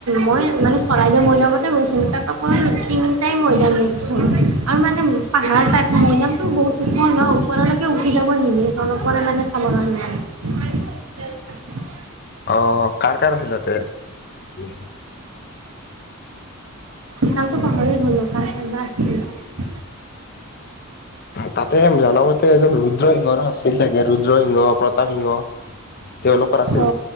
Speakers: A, on the right; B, on the left.
A: মই মানে চৰাইদেউ মৈদামতে গৈছিলোঁ তাত অকল তিনিটাই মৈদাম দেখিছোঁ আৰু মানে পাহাৰৰ টাইপ মৈদামতটো বহুত ওখ ন ওপৰলৈকে উঠি যাব নিবি তলৰ পৰা মানে চাব কাৰণে লগে মানে
B: অ কাৰ কাৰ আছিল তাতে উ
A: নামতো পাহৰিয়েই গ'লো কাৰ কাৰ বা আছিলে।
B: তাতে আমি জ নামতে এজন ৰুদ্ৰসিংহৰো আছিল চাগে ৰুদ্ৰসিংহ প্ৰতাপ সিংহ তেওঁলোকৰ আছিল।
A: অ